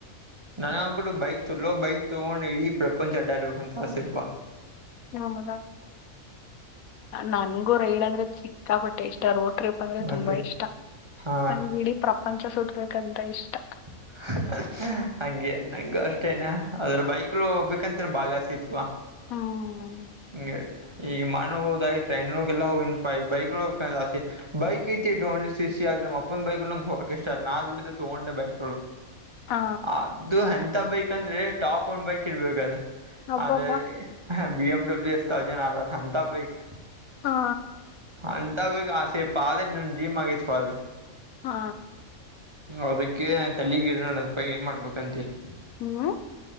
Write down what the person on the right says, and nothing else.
ನನಗೆ ಅನ್ಕಟ್ಟು ಬೈಕ್ ಚಲೋ ಬೈಕ್ ತಗೊಂಡು ಇಡಿ ಪ್ರಪಂಚ ಅಡ್ಡಾಡ್ಬೇಕಂತ ಆಸೆಲ್ಪ
ಮತ್ತೆ
ಹಾ
<inaudible> ಹಗೆ ನಂಗ ಅಷ್ಟೇನೆ ಅದ್ರ ಬೈಕ್ಳ ಹೋಗ್ಬೇಕಂತರ ಬಾಳ್ ಆಸೇ ಇತಪ್ಪ
ಹಂಗೆ ಈಗ ಮೊನ್ನೆ ಹೋದಗಾ ಟ್ರೈನ್ನಾಗ ಎಲ್ಲ ಹೋಗಿನಿಪ್ಪ ಈಗ ಬೈಕ್ ಹೋಗಬೇಕು ಅಂತ ಆಸೇ ಬೈಕ್ ಆತಿ ಟು ಹಂಡ್ರೆಡ್ ಸಿ ಸಿ ಆದ ನಮ್ಮಪ್ಪ ಬೈಕ್ನಾಗ ಹೋಗೋಕೆ ಇಷ್ಟನಾ ದುಡಿದ ತಕೊಂಡ ಬೈಕ್
ಅದು ಎಂತ ಬೈಕ್ ಅಂದ್ರೆ ಟಾಪ್ ಒನ್ ಬೈಕ್ ಇರಬೇಕು
ಅಂದ್ರೆ ಬಿ ಎಮ್ ಡಬ್ಲ್ಯೂ ಎಸ್ ತಕೊಂತೀನಿಅಂತ ಬೈಕ್
ಅಂತ ಬೈಕ್ ಆಸೆಪ್ಪಾ ಅದೇ ನಮ್ಮ ಜೀವಆಗಿತ್ತುಪ್ಪಾ ಅದು
ಅದಕ್ಕೆ ನಾನ್ ತಲೇಗಿರ್ ಅಂತಪ್ಪ ಏನ್ ಮಾಡಬೇಕು ಅಂತ ಹೇಳಿ